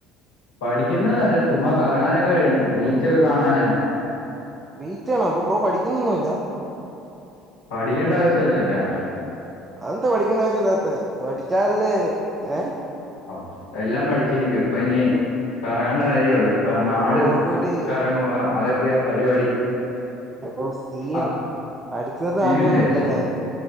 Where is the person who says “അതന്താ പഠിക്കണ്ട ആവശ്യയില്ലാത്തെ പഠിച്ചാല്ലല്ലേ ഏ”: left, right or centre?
Right